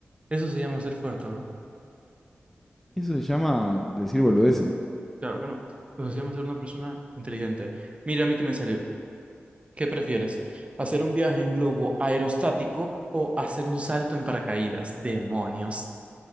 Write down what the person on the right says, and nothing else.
Eso se llama ser fuerte, bro.
Claro que no. Eso se llama ser una persona inteligente. Mira a mí que me salió. ¿Qué prefieres? ¿Hacer un viaje en globo aerostático o hacer un salto en paracaídas? Demonios.